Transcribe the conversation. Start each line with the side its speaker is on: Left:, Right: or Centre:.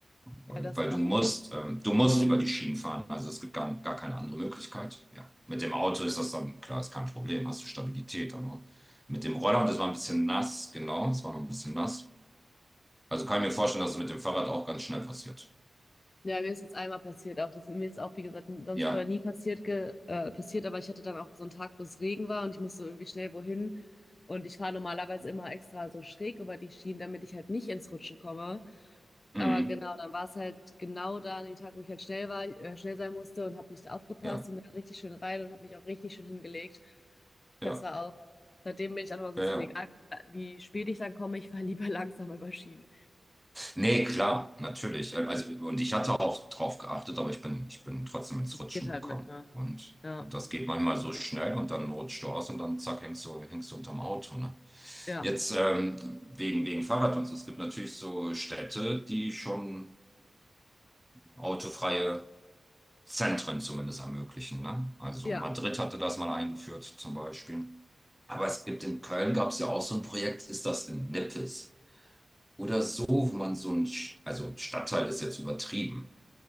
Centre: Weil,
Left: ja, das
Centre: weil
Left: ist auch
Centre: du musst,
Left: ein.
Centre: ähm, du musst über die Schienen fahren. Also es gibt gar, gar keine andere Möglichkeit. Ja. Mit dem Auto ist das dann, klar, ist kein Problem, hast du Stabilität, aber mit dem Roller, das war ein bisschen nass, genau, es war noch ein bisschen nass. Also kann ich mir vorstellen, dass es mit dem Fahrrad auch ganz schnell passiert.
Left: Ja, mir ist jetzt einmal passiert auch. Das, mir ist auch, wie gesagt, sonst
Centre: Ja.
Left: vorher nie passiert, ge, äh, passiert, aber ich hatte dann auch so einen Tag, wo es Regen war und ich musste irgendwie schnell wohin. Und ich fahre normalerweise immer extra so schräg über die Schienen, damit ich halt nicht ins Rutschen komme.
Centre: Mhm.
Left: Aber genau, dann war es halt genau da an dem Tag, wo ich halt schnell war, äh, schnell sein musste und habe nicht aufgepasst
Centre: Ja,
Left: und bin da richtig schön rein und habe mich auch richtig schön hingelegt.
Centre: ja,
Left: Das war auch, seitdem bin ich dann immer so,
Centre: ja,
Left: es
Centre: ja.
Left: ist mir egal, wie spät ich dann komme, ich fahre lieber <laughs> langsam über Schienen.
Centre: Nee, klar, natürlich. Ähm, Also, und ich hatte auch drauf geachtet, aber ich bin, ich bin trotzdem ins Rutschen
Left: Geht halt
Centre: gekommen.
Left: manchmal.
Centre: Und,
Left: Ja,
Centre: und das geht manchmal so schnell und dann rutscht du aus und dann zack, hängst du, hängst du unterm Auto. Ne?
Left: ja,
Centre: Jetzt ähm, wegen, wegen Fahrrad und so. Es gibt natürlich so Städte, die schon autofreie Zentren zumindest ermöglichen. Ne? Also
Left: ja.
Centre: Madrid hatte das mal eingeführt zum Beispiel. Aber es gibt in Köln, gab es ja auch so ein Projekt, ist das in Nippes? Oder so, wo man so ein, Sch- also Stadtteil ist jetzt übertrieben,